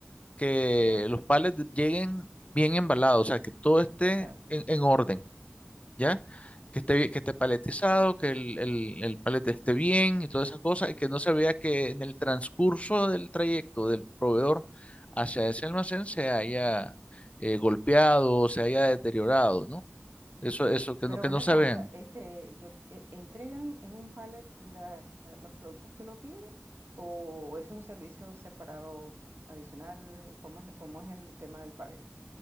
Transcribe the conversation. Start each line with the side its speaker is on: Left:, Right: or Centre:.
Left: que
Right: claro,
Left: los palets lleguen bien embalados, o sea, que todo esté
Right: exacto.
Left: en, en orden, ¿ya? Que esté, bien- que esté paletizado, que el, el, el palet esté bien y todas esas cosas, y que no se vea que en el transcurso del trayecto del proveedor hacia ese almacén se haya eh, golpeado, se haya deteriorado, ¿no? Eso, eso, que
Right: Pero
Left: no, que
Right: una
Left: no se
Right: cosa,
Left: ven.
Right: este, yo e- entregan en un pallet la- los productos que uno pide o eso es un servicio separado adicional, ¿cómo es, la- cómo es el tema del pallet?